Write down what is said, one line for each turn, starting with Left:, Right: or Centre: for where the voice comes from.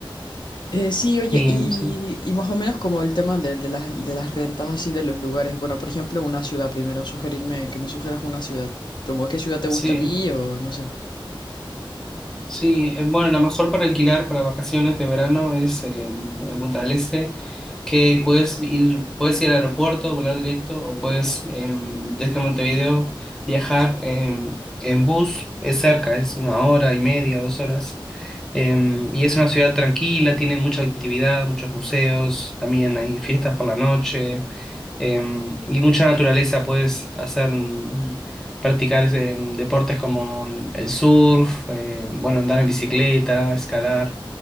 Left: Eh, sí, oye,
Centre: Sí,
Left: y,
Centre: o sea,
Left: y más o menos como el tema del- de, las, de las rentas así de los lugares. Bueno, por ejemplo, una ciudad primero, sugerirme que me sugieras una ciudad. Como qué ciudad te gusta
Centre: Sí,
Left: a ti o no sé.
Centre: sí. eh, Bueno, la mejor para alquilar para vacaciones de verano es eh, en Punta del Este, que puedes ir, puedes ir al aeropuerto, volar directo, o puedes eh, desde Montevideo viajar eh, en bus. Es cerca, es una hora y media, dos horas. Eh, y es una ciudad tranquila, tiene mucha actividad, muchos museos, también hay fiestas por la noche eh, y mucha naturaleza. Puedes hacer practicar ese- deportes como el el surf, eh, bueno, andar en bicicleta, escalar.